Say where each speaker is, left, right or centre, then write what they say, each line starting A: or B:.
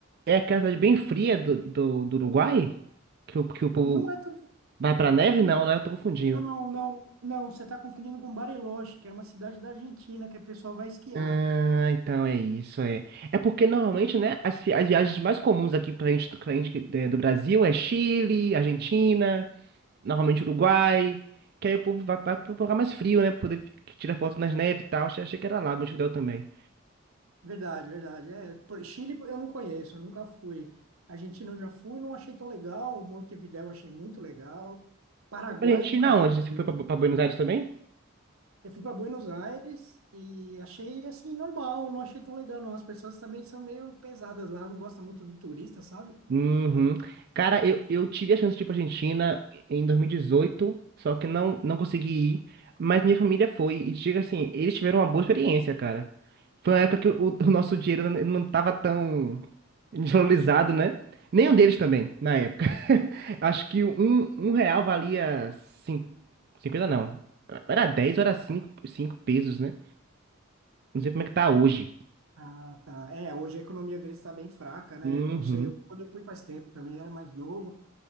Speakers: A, on the right; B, on the right.
A: é aquela cidade bem fria do, do, do Uruguai? Que o, que o povo
B: Não é tão.
A: vai pra neve?
B: Não,
A: Não, né? Eu tô confundindo.
B: não, não, não. Você está confundindo com Bariloche, que é uma cidade da Argentina que o pessoal vai esquiar.
A: Ah, então é isso, é. É porque normalmente, né, as, vi- as viagens mais comuns aqui pra gente, pra gente que- é, do Brasil é Chile, Argentina, normalmente Uruguai, que aí o povo vai, vai pro lugar mais frio, né, pra poder fi- tirar foto nas neves e tal. Achei achei que era lá, Montevidéu também.
B: Verdade, verdade. É, por- Chile eu não conheço, eu nunca fui. Argentina eu já fui, não achei tão legal. Montevidéu eu achei muito legal. Paraguai
A: Foi pra Argentina
B: eu nunca fui
A: onde?
B: também.
A: Você foi pra, pra Buenos Aires também?
B: Eu fui para Buenos Aires e achei assim normal, não achei tão legal não. As pessoas também são meio pesadas lá, não gostam muito do turista, sabe?
A: Uhum. Cara, eu, eu tive a chance de ir pra Argentina em 2018 só que não, não consegui ir, mas minha família foi, e diga assim, eles tiveram uma boa experiência, cara. Foi uma época que o, o nosso dinheiro não não tava tão desvalorizado, né? Nenhum deles também, na época. <laughs> Acho que um, um real valia cinco cinquenta não. Era 10 ou era cinco cinco pesos, né? Não sei como é que tá hoje.
B: Ah, tá. É, hoje a economia deles está bem fraca, né?
A: Uhum.
B: Eu não sei, eu, quando eu fui faz tempo também era mais novo,